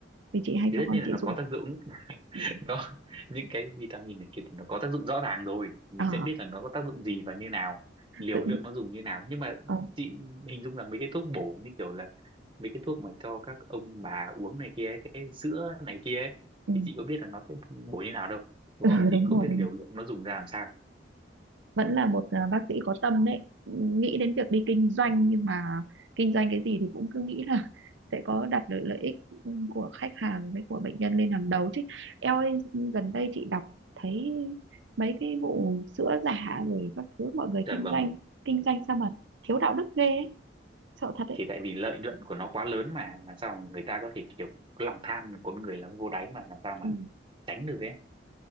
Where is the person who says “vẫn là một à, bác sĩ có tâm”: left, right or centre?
Right